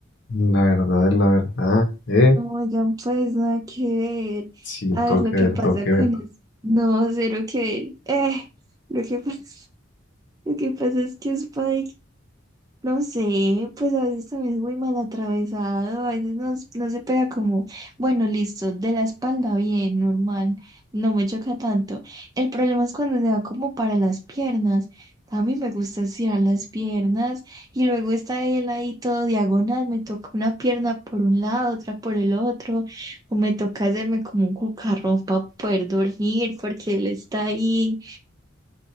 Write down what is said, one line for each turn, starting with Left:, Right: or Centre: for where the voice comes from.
Left: la verdad es la verdad, ¿eh?
Right: No, oigan, pues nada que ver.
Left: Sí,
Right: A
Left: tengo
Right: ver lo
Left: que
Right: que
Left: ver,
Right: pasa
Left: tengo que
Right: con
Left: ver.
Right: eso. No, cero que ver. Eh, lo que <laughs> pasa, lo que pasa es que Spike No sé, pues a veces también es muy mal atravesado, a veces no, no se pega como, bueno, listo, de la espalda bien, normal, no me choca tanto. El problema es cuando se va como para las piernas. A mí me gusta estirar las piernas y luego está él ahí todo diagonal, me toca una pierna por un lado, otra por el otro, o me toca hacerme como un cucarrón para poder dormir porque él está ahí